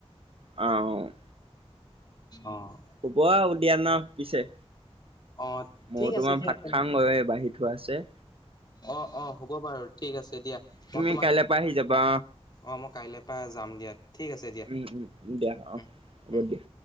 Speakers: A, on the right (about 60°); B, on the left (about 40°).
A: অ'।
B: অ'।
A: হ'ব আৰু দিয়া ন' পিছে।
B: অ
A: ময়ো
B: ঠিক
A: তোমাৰ
B: আছে দিয়া
A: ভাত
B: তেনে
A: খাওগৈ, এই বাঢ়ি থোৱা আছে।
B: অ', অ', হ'ব বাৰু ঠিক আছে দিয়া, মই
A: তুমি
B: তোমাক
A: কাইলৈ পৰা আহি যাবা
B: অ', মই কাইলৈ পৰা যাম দিয়া। ঠিক আছে দিয়া
A: উম, উম, দিয়া অ',
B: উম
A: হ'ব
B: উম।
A: দিয়া।